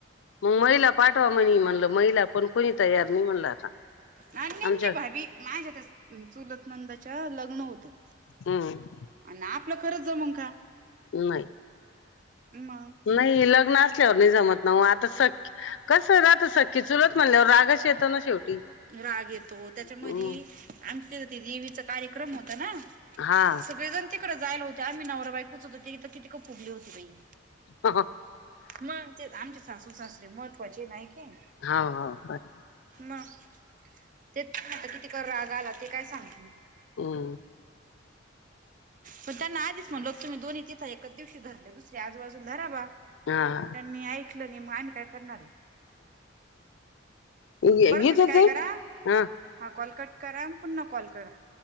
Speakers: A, on the left (about 65°); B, on the right (about 40°).
A: मग महिला पाठवा म्हणी म्हणलं, महिला पण कोणी तयार नाही म्हणलं आता
B: नाही नेमकी,
A: आमच्या
B: भाभी माझ्या त्या चुलत नणंदाच्या लग्न होतं.
A: हम्म
B: आणि आपलं खरंच जमन का?
A: नाही
B: मग?
A: नाही, लग्न असल्यावर नाही जमत ना आता सख्य कसं राहतं, सख्खी-चुलत म्हणल्यावर रागच येतो ना शेवटी.
B: राग येतो, त्याच्यामध्यी
A: हम्म
B: आमच्या देवीचा कार्यक्रम होता ना?
A: हा
B: सगळे जण तिकडे जायला होते, आम्ही नवरा-बायकोच होतो तर इथं कितीक फुगली होती बाई.
A: हंह
B: मग ते आमचे सासू सासरे महत्त्वाचे नाही की?
A: हा हो बरोबर.
B: मग तेच आता किती कर रागा आला ते काय सांगती
A: हं
B: पण त्यांना आधीच म्हणलो, तुम्ही दोघी तिथं एकाच दिवशी धरलं, दुसरी आजूबाजू धरा बा
A: हा
B: त्यांनी ऐकलं नाही मग आम्ही काय करणारे?
A: हं
B: बरं
A: येतेत
B: तुम्ही काय करा
A: हा
B: हा कॉल कट करा, पुन्हा कॉल करा.